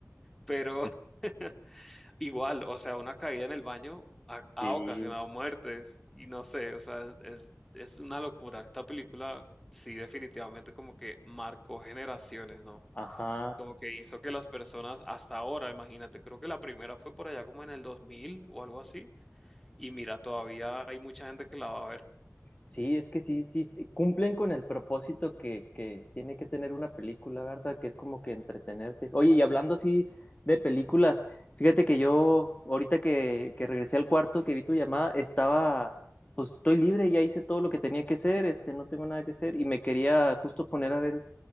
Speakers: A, in the centre; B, on the left.
A: Pero <laughs> igual, o sea, una caída en el baño ha, ha
B: sí,
A: ocasionado muertes y no sé, o sea, es, es una locura. Esta película sí definitivamente como que marcó generaciones, ¿no?
B: ajá.
A: Como que hizo que las personas hasta ahora, imagínate, creo que la primera fue por allá como en el 2000 o algo así y mira, todavía hay mucha gente que la va a ver.
B: Sí, es que sí, sí, sí, cumplen con el propósito que, que tiene que tener una película, ¿verdad? Que es como que entretenerte. Oye, y hablando así de películas, fíjate que yo, ahorita que, que regresé al cuarto, que vi tu llamada, estaba, pues estoy libre, ya hice todo lo que tenía que hacer, este, no tengo nada que hacer, y me quería justo poner a ver